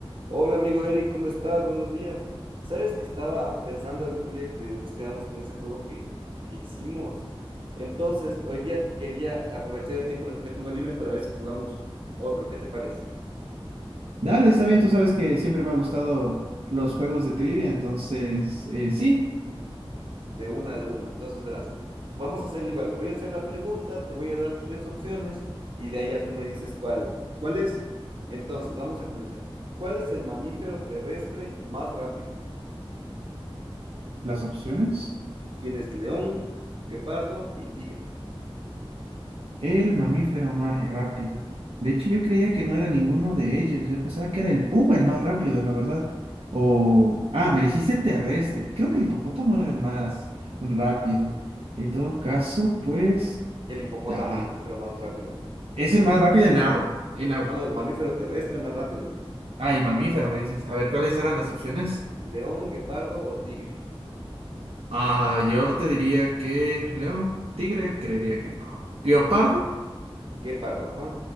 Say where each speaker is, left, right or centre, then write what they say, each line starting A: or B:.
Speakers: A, on the right (about 60°); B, on the right (about 80°).
A: Hola amigo Eric, ¿cómo estás? Buenos días. Sabes que estaba pensando el otro día que nos quedamos con ese juego que, que hicimos. Entonces, hoy día quería aprovechar el tiempo de que tengo libre para ver si jugamos otro. ¿Qué te parece?
B: Dale, está bien, tú sabes que siempre me ha gustado los juegos de trivia, entonces eh, sí,
A: De una, de una. Entonces, verás, vamos a hacerlo igual. Te voy a hacer la pregunta, te voy a dar tres opciones y de ahí ya tú me dices cuál, cuál es. Entonces, vamos a comenzar. ¿Cuál es el mamífero terrestre más rápido?
B: las opciones.
A: Tienes león, guepardo y tigre.
B: El mamífero más rápido. De hecho, yo creía que no era ninguno de ellos, yo pensaba que era el puma el más rápido, la verdad. O, ah, me dijiste terrestre, creo que el hipopótamo era el más rápido. En todo caso, pues,
A: El hipopótamo
B: ah,
A: es el mamífero más rápido
B: es el más rápido en agua, en agua.
A: No, no, el mamífero terrestre más rápido nomás.
B: Ah,
A: Incorrecto.
B: y mamífero, me dices. A ver, ¿cuáles eran las opciones?
A: León, guepardo o tigre.
B: Ah, yo te diría que león, tigre, creería que no. ¿Guiopardo?
A: Guepardo, ajá.